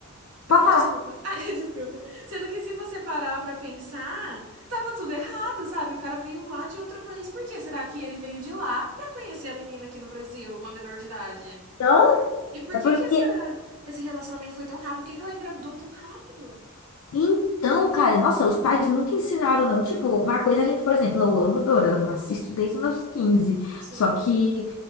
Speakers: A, on the left; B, on the right.
A: Pode
B: Ah, pô,
A: falar.
B: Desculpa. Ah, <laughs> desculpa. Sendo que se você parar pra pensar, tava tudo errado, sabe? O cara veio lá de outro país. Por que será que ele veio de lá pra conhecer a menina aqui no Brasil, uma menor de idade?
A: Então,
B: E por
A: É
B: que
A: Porque
B: que essa, esse relacionamento foi tão rápido? Por que que ela engravidou tão rápido?
A: Então, cara, nossa, os pais nunca ensinaram, não. Tipo, uma coisa a gente, por exemplo, eu amo dorama, assisto desde os meus quinze
B: Sim.
A: Só que